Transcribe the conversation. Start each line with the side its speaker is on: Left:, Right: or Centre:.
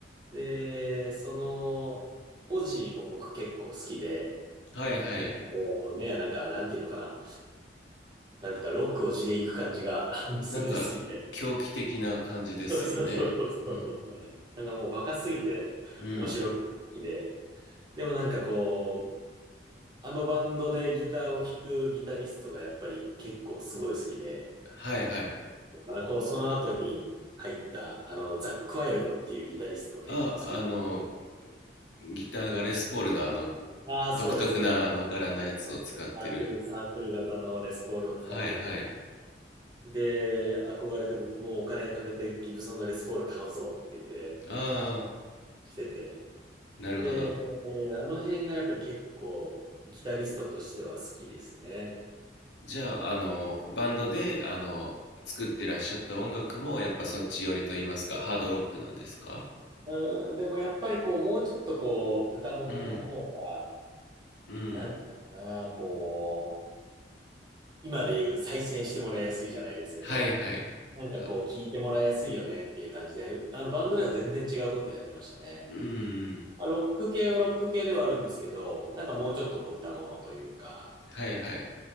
Right: で、その、オジーも僕結構好きで、
Left: はい、はい。
Right: こうね、なんか、なんていうのかな。なんかロックを地で行く感じが <laughs> すごい好きで。
Left: なんか、狂気的な感じですよね。
Right: そうそうそうそうそう。
Left: うん。
Right: なんかもうバカすぎて面白くて好きで。
Left: うん
Right: でもなんかこう、あのバンドでギターを弾くギタリストがやっぱり結構すごい好きで、
Left: はいはい。
Right: まあこう、その後に入った、あの、ザック・ワイルドっていうギタリストも結構好きで。
Left: あ、あの、ギターがレスポールのあの、
Right: ああ、
Left: 独特なあの柄のやつを使ってる。
Right: そうです、そうです。そうですサークル、サークル型のレスポールを使ってて。
Left: はいはい。
Right: で、憧れて僕もお金貯めてギブソンのレスポール買うぞって言って、
Left: ああ、
Right: 買ったりしてて。
Left: なるほど。
Right: で、あの辺がやっぱり結構ギタリストとしては好きですね。
Left: じゃあ、あの、バンドで、あの、作ってらっしゃった音楽も、やっぱそっち寄りと言いますか、ハードロックなんですか
Right: うん、でもやっぱりこう、もうちょっとこう、歌物の方が、
Left: うん、うん。
Right: なんていうのかな、こう、今で言う再生してもらいやすいじゃないですけど、
Left: はいはい。
Right: なんかこう聞いてもらいやすいよねっていう感じで、
Left: あ、
Right: あのバンドでは全然違うことやってましたね。
Left: うん、
Right: まあ、ロック系はロック系ではあるんですけど、なんかもうちょっとこう歌物というか、
Left: はいはい。